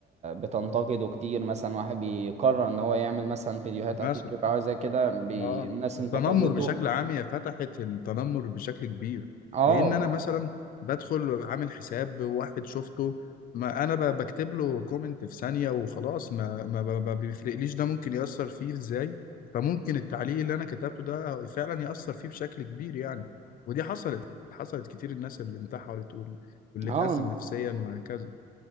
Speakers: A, on the right; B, on the left.
A: بتنتقده كتير مثلا واحد بيقرر ان هو يعمل مثلا فيديوهات
B: مثلا
A: على تيك توك او زي كده بي...
B: اه
A: الناس
B: التنمر
A: انتقدته
B: بشكل عام هي فتحت التنمر بشكل كبير
A: اه
B: لان انا مثلا بدخل عامل حساب واحد شفته ما انا ب- بكتب له كومنت في ثانيه وخلاص ما ما ب- ما بيفرقليش ده ممكن ياثر فيه ازاي فممكن التعليق اللي انا كتبته ده فعلا ياثر فيه بشكل كبير يعني ودي حصلت حصلت كتير الناس اللي انتحرت وال- واللي
A: اه
B: اتأزم نفسيا وهكذا